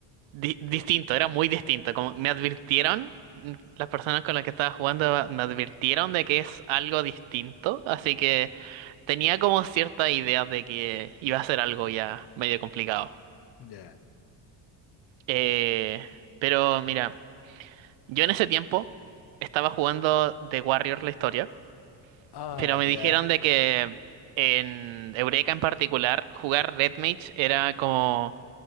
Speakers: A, on the right; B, on the left.
A: di- distinto, era muy distinto, como me advirtieron, mm, las personas con las que estaba jugando me advirtieron de que es algo distinto, así que... Tenía como cierta idea de que iba a ser algo ya medio complicado.
B: ya.
A: Eh, pero mira, yo en ese tiempo estaba jugando The Warrior la historia,
B: Ah,
A: pero me
B: ya.
A: dijeron de que en Eureka en particular jugar Red Mage era como